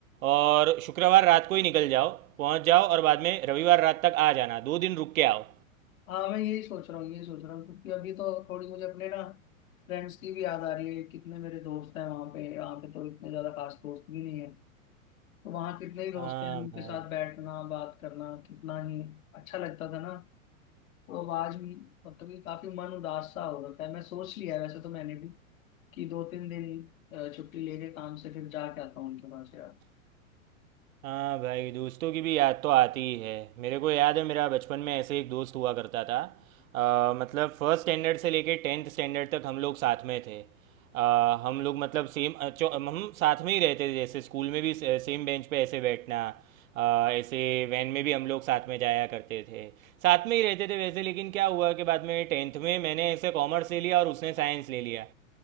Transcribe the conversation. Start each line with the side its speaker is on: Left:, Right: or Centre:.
Right: और शुक्रवार रात को ही निकल जाओ पहुँच जाओ और बाद में रविवार रात तक आ जाना दो दिन रुक के आओ
Left: हाँ मैं यही सोच रहा हूँ यही सोच रहा हूँ क्योंकि अभी तो थोड़ी मुझे अपने ना फ्रेंड्स की भी याद आ रही है कितने मेरे दोस्त हैं वहाँ पे यहाँ पे तो इतने ज्यादा खास दोस्त भी नहीं है तो वहाँ कितने ही दोस्त
Right: हाँ
Left: हैं उनके
Right: भाई
Left: साथ बैठना बात करना कितना ही अच्छा लगता था ना तो अब आज भी मतलब कि काफी मन उदास सा हो रखा है मैं सोच लिया है वैसे तो मैंने भी कि दो तीन दिन अ, छुट्टी लेके काम से फिर जाके आता हूँ उनके पास यार
Right: हाँ भाई दोस्तों की भी याद तो आती ही है मेरे को याद है मेरा बचपन में ऐसे एक दोस्त हुआ करता था अ, मतलब फर्स्ट स्टैंडर्ड से लेके टेंथ स्टैंडर्ड तक हम लोग साथ में थे अ, हम लोग मतलब सेम अ, चौ- हम साथ में ही रहते थे जैसे स्कूल में भी से- सेम बेंच पे ऐसे बैठना अ, ऐसे वैन में भी हम लोग साथ में जाया करते थे साथ में ही रहते थे वैसे लेकिन क्या हुआ कि बाद में टेंथ में मैंने ऐसे कॉमर्स ले लिया और उसने साइंस ले लिया